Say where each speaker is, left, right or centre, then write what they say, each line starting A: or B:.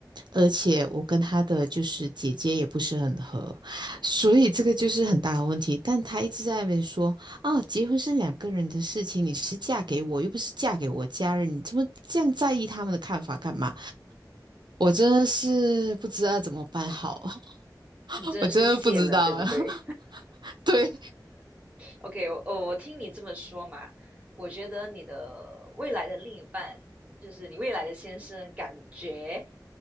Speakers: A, on the right (about 80°); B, on the right (about 20°).
A: 而且我跟他的就是姐姐也不是很合，所以这个就是很大的问题。但他一直在那边说，哦，结婚是两个人的事情，你是嫁给我，又不是嫁给我家人，你这么这样在意他们的看法干嘛？我真的是不知道怎么办好，<laughs>
B: 你真的是谢了，
A: 我真的不知道了。
B: 对不对？
A: <laughs> 对
B: OK，我我我听你这么说嘛，我觉得你的未来的另一半，就是你未来的先生，感觉